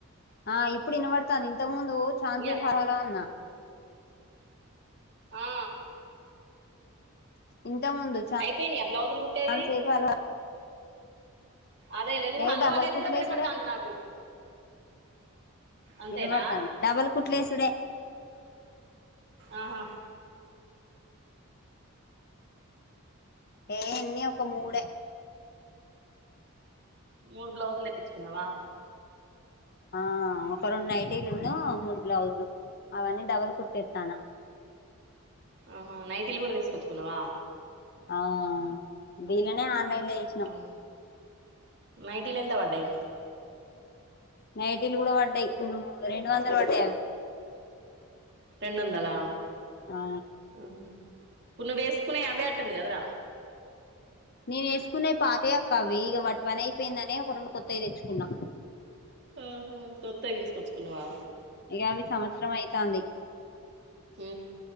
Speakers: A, on the left (about 45°); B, on the right (about 50°).
A: ఆ ఇప్పుడు వినబడతాంది ఇంతకు ముందూ చాన్సేపు
B: ఇయల్
A: హలో అన్నా
B: ఆ
A: ఇంత ముందు
B: అయిపోయినయ బ్లౌజులు కుట్టేవి
A: చాలాసేపు అలా
B: అదేలే నువ్వు
A: ఏ
B: హలో
A: డబల్
B: అనేది
A: కుట్లేసుడే
B: కూడా వినపడుతాంది నాకు అంతేనా
A: ఇనబడతాంది డబల్ కుట్లేసుడే
B: ఆహా
A: ఏ ఎన్ని ఒక మూడే
B: మూడు బ్లౌజులు తెప్పిచ్చుకున్నావా
A: ఆ ఒక రెండు నైటీలున్ను మూడు బ్లౌజులు అవన్నీ డబల్ కుట్టేత్తాన
B: ఊహు నైటీలు గూడ తీసుకొచ్చుకున్నవా
A: ఆ దీల్లనే ఆన్లైన్ చేసినాం
B: ఆ
A: లో
B: నైటిలెంత పడ్డయ్
A: నైటీలు కూడ పడ్డయ్ రెండు వందలు పడ్డయ్ అవి
B: రెండొందలా
A: ఆ
B: ఊహు ఇప్పుడు నువ్వేసుకునే అవే అంటుంది కదరా
A: నేను ఏసుకునేవి పాతయి అక్క అవీ ఇగ వాటి పని అయిపోయిందని ఒక రెండు కొత్తవి తెచ్చుకున్నా
B: ఆహా కొత్తయి తీసుకొచ్చుకున్నవా
A: ఇగ అవి సంవత్సరం అయితాంది
B: ఊ